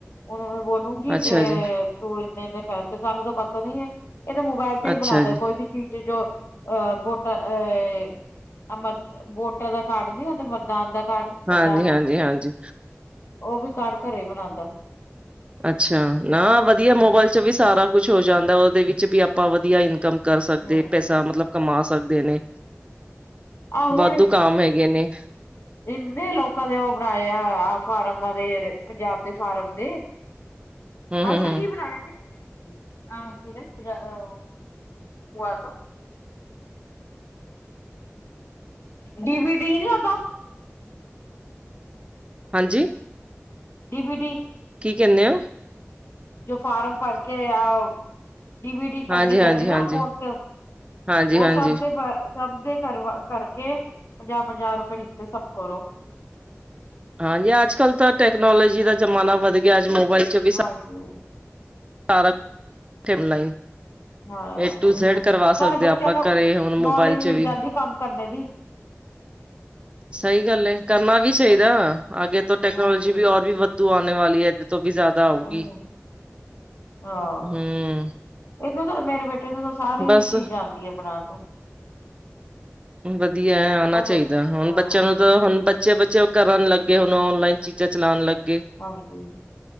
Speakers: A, on the left; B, on the right.
A: ਉਹਨੂੰ ਮੈਂ ਬੋਲੂੰ ਠੀਕ
B: ਅੱਛਾ
A: ਏ,
B: ਜੀ
A: ਤੂੰ ਇੰਨੇ-ਇੰਨੇ ਪੈਸੇ ਸਾਨੂੰ ਤਾਂ ਪਤਾ ਨੀ ਐ, ਇਹ ਤਾਂ ਮੋਬਾਇਲ ਤੇ ਹੀ
B: ਅੱਛਾ
A: ਬਣਾਂਦਾ
B: ਜੀ
A: ਕੋਈ ਵੀ। ਠੀਕ ਏ, ਜੋ ਅਹ ਵੋਟਾ ਇਹ ਅਹ ਮਤ ਵੋਟਰਾਂ ਦਾ ਕਾਰਡ ਨੀ ਹੁੰਦੇ, ਮਤਦਾਨ ਦਾ ਕਾਰਡ।
B: ਹਾਂਜੀ-ਹਾਂਜੀ-ਹਾਂਜੀ।
A: ਮਤਦਾਨ ਉਹ ਵੀ ਕਾਰਡ ਘਰੇ ਈ ਬਣਾਂਦਾ।
B: ਅੱਛਾ, ਨਾ ਵਧੀਆ
A: ਹਮ
B: ਮੋਬਾਇਲ ਚ ਵੀ ਸਾਰਾ ਕੁਛ ਹੋ ਜਾਂਦਾ, ਉਹਦੇ ਵਿੱਚ ਵੀ ਆਪਾਂ ਵਧੀਆ ਇਨਕਮ ਕਰ ਸਕਦੇ,
A: ਹਾਂਜੀ
B: ਪੈਸਾ ਮਤਲਬ ਕਮਾ ਸਕਦੇ ਨੇ।
A: ਆਹ ਹੁਣ
B: ਵਾਧੂ ਕਾਮ ਹੈਗੇ ਨੇ।
A: ਇੰਨੇ ਲੋਕਾਂ ਦੇ ਉਹ ਬਣਾਏ ਆ, ਆਹ ਫਾਰਮਾਂ ਦੇ ਪੰਜਾਬ ਦੇ ਫਾਰਮ ਦੇ।
B: ਹਮ
A: ਆਸ਼ੂ
B: ਹਮ ਹਮ
A: ਕੀ ਬਣਾਇਆ ਸੀ। ਆਹ ਤੁਰੇ ਪਾਹ ਹੋਆ ਤੋਂ ਡੀ ਬੀ ਡੀ ਨੀ ਆਉਂਦਾ।
B: ਹਾਂਜੀ।
A: D B T.
B: ਕੀ ਕਹਿੰਨੇ ਓ।
A: ਜੋ ਫਾਰਮ ਭਰ ਕੇ ਆਓ। ਡੀ ਬੀ ਡੀ ਕਰਨੀ
B: ਹਾਂਜੀ
A: ਪੈਂਦੀ
B: ਹਾਂਜੀ
A: ਆ ਨਾ
B: ਹਾਂਜੀ
A: ਫੋਨ ਚ, ਤੇ
B: ਹਾਂਜੀ
A: ਉਹ
B: ਹਾਂਜੀ
A: ਸਭ ਦੇ ਬਾ ਸਭ ਦੇ ਕਰਵਾ ਕਰਕੇ ਪੰਜਾਹ-ਪੰਜਾਹ ਰੁਪਏ ਲਿੱਤੇ ਸਭ ਕੋਲੋਂ।
B: ਹਾਂਜੀ, ਅੱਜ-ਕੱਲ੍ਹ ਤਾਂ ਟੈਕਨੋਲੋਜੀ ਦਾ ਜ਼ਮਾਨਾ ਵੱਧ ਗਿਆ, ਅੱਜ ਮੋਬਾਇਲ ਚ ਵੀ
A: ਹਾਂਜੀ।
B: ਸਾਰਾ ਟਿਮ ਲਾਈਨ
A: ਹਾਂ
B: ਏ ਟੂ
A: ਉਹੀ
B: ਜੇਡ
A: ਨਾ
B: ਕਰਵਾ ਸਕਦੇ
A: ਨਾਲੇ
B: ਆਂ,
A: ਬੱਚਿਆਂ
B: ਆਪਾਂ
A: ਨੂੰ
B: ਘਰੇ ਹੁਣ ਮੋਬਾਇਲ
A: ਨੌਲੇਜ
B: ਚ
A: ਮਿਲ
B: ਵੀ।
A: ਜਾਂਦੀ ਕੰਮ ਕਰਨੇ ਦੀ
B: ਸਹੀ ਗੱਲ ਏ ਕਰਨਾ ਵੀ ਚਾਹੀਦਾ, ਆਗੇ ਤੋ ਟੈਕਨੋਲੋਜੀ
A: ਹਾਂਜੀ
B: ਵੀ ਔਰ ਵੀ ਵਾਧੂ ਆਣੇ ਵਾਲੀ ਐ, ਇਹਦੇ ਤੋਂ ਵੀ ਜ਼ਿਆਦਾ ਆਊਗੀ।
A: ਉਹੀ ਹਾਂ,
B: ਹਮ
A: ਇਹਨੂੰ ਤਾਂ ਮੇਰੇ ਬੇਟੇ ਨੂੰ ਤਾਂ ਸਾਰੀ
B: ਬਸ
A: ਚੀਜ਼ ਆਂਦੀ ਐ ਬਣਾਣ ਨੂੰ।
B: ਵਧੀਆ ਆਉਣਾ
A: ਉਹ
B: ਚਾਹੀਦਾ,
A: ਤਾਂ
B: ਹੁਣ
A: ਹਾਂ
B: ਬੱਚਿਆਂ ਨੂੰ ਤਾਂ ਹੁਣ ਬੱਚੇ-ਬੱਚੇ ਉਹ ਕਰਨ ਲੱਗੇ ਹੁਣ ਔਨਲਾਈਨ ਚੀਜ਼ਾਂ ਚਲਾਣ ਲੱਗੇ।
A: ਹਾਂਜੀ,